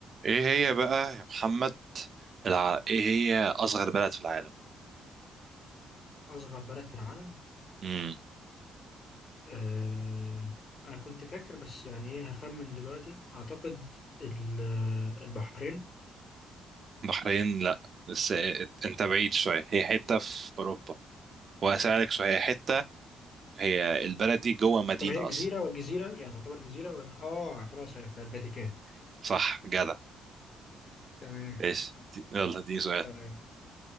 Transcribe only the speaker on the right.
ايه هي بقى يا محمد الع... ايه هي اصغر بلد في العالم
امم
بحرين لا بس إيه، إت- انت بعيد شويه هي حته في اوروبا وهسألك شويه هي حته هي البلد دي جوه مدينه
اصلا
صح جدع
ايش دي- يلا دي سؤال